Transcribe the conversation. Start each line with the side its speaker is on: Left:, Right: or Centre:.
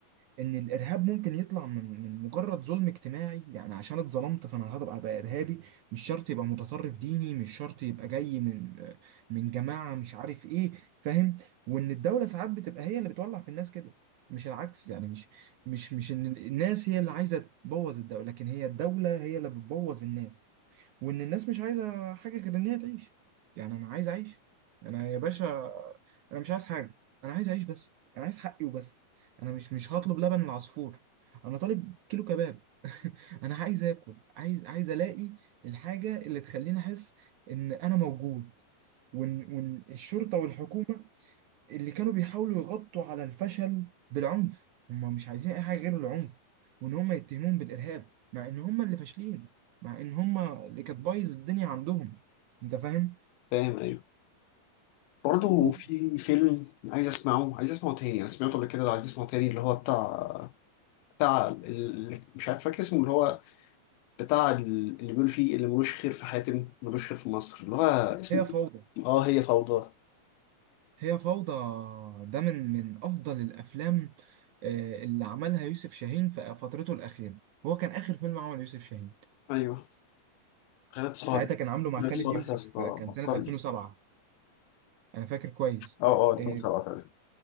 Right: ان الارهاب ممكن يطلع من من مجرد ظلم اجتماعي يعني عشان اتظلمت فانا هبقى بقى ارهابي مش شرط يبقى متطرف ديني مش شرط يبقى جاي من من جماعة مش عارف ايه فاهم وان الدولة ساعات بتبقى هي اللي بتولع في الناس كده مش العكس يعني مش مش مش ان الناس هي اللي عايزة تبوظ الدولة لكن هي الدولة هي اللي بتبوظ الناس وان الناس مش عايزه حاجه غير ان هي تعيش يعني انا عايز اعيش انا يا باشا انا مش عايز حاجه انا عايز اعيش بس انا عايز حقي وبس انا مش مش هطلب لبن العصفور انا طالب كيلو كباب <laughs> انا عايز اكل عايز عايز الاقي الحاجه اللي تخليني احس ان انا موجود وان وان الشرطه والحكومه اللي كانوا بيحاولوا يغطوا على الفشل بالعنف هم مش عايزين اي حاجه غير العنف وان هم يتهمون بالارهاب مع ان هم اللي فاشلين مع ان هم اللي كانت بايظ الدنيا عندهم انت فاهم
Left: فاهم أيوه برضه
Right: وهي
Left: في فيلم عايز أسمعه عايز أسمعه تاني أنا سمعته قبل كده عايز أسمعه تاني اللي هو بتاع بتاع ال... ال- مش عارف فاكر اسمه اللي هو بتاع ال- اللي بيقول فيه اللي ملوش خير في حاتم ملوش خير في مصر اللي هو اسمه
Right: فوضى
Left: إيه؟ اه هي فوضى
Right: هي فوضى ده من من افضل الافلام آه، اللي عملها يوسف شاهين في فترته الاخيره هو كان اخر فيلم عمله يوسف شاهين
Left: ايوه خالد صالح
Right: ساعتها كان عامله مع
Left: خالد
Right: خالد
Left: صالح
Right: يوسف
Left: يا اسطى
Right: آه، كان
Left: عبقري
Right: سنه 2007 انا فاكر كويس
Left: اه اه 2007
Right: آه،
Left: تقريبا